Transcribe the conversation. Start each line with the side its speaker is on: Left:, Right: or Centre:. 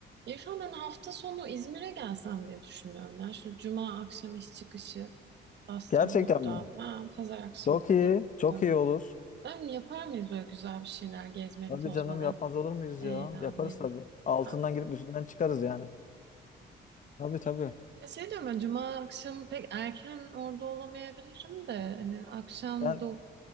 Right: İrfan ben hafta sonu İzmir'e gelsem diye düşünüyorum ya. Şu cuma akşam iş çıkışı bassam
Left: Gerçekten
Right: buradan.
Left: mi?
Right: Ha, pazar akşamı
Left: Çok
Right: da
Left: iyi.
Right: gelin
Left: Çok
Right: dönün.
Left: iyi olur.
Right: Ben yapar mıyız böyle güzel bir şeyler gezmeli,
Left: Hadi
Right: tozmalı,
Left: canım yapmaz olur muyuz
Right: eğlenmeli?
Left: ya? Yaparız tabii. Altından
Right: Ha.
Left: girip üstünden çıkarız yani. Tabii tabii.
Right: Ben şey diyorum ben cuma akşamı pek erken orada olamayabilirim de hani akşam
Left: Sen
Right: da